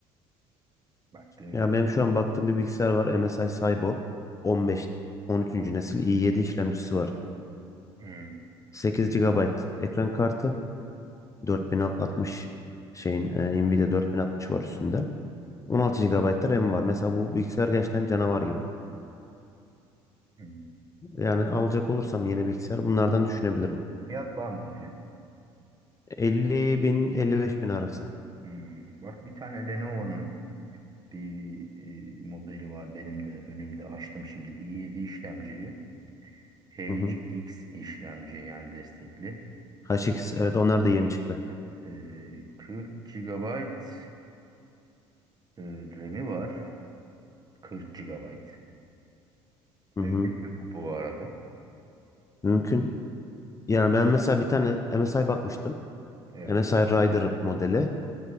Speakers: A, on the right; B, on the left.
A: baktığın
B: Ya
A: zaman.
B: benim şu an baktığım bir bilgisayar var. MSI Cyborg 15 13. nesil i7 işlemcisi var.
A: Hmm,
B: 8 gigabayt ekran kartı, 4060 şeyin e, Nvidia 4060 var üstünde. 16
A: hmm,
B: GB RAM var. Mesela bu bilgisayar gerçekten canavar gibi.
A: hmm.
B: Yani alacak olursam yeni bilgisayar bunlardan düşünebilirim.
A: Fiyat bandı ne?
B: 50 bin 55 bin arası.
A: Hmm, Bak bir tane Lenovo'nun bir e, modeli var benim de önümde açtım şimdi. i7 işlemcili HX
B: Hı hı.
A: işlemci yani destekli.
B: HX evet onlar da yeni çıktı.
A: Evet, e, 40 GB e, RAM'i var. 40 GB. Mümkün
B: Hı hı.
A: mü bu, bu arada?
B: Mümkün. Yani ben mesela bir tane MSI bakmıştım.
A: Evet.
B: MSI Rider modeli.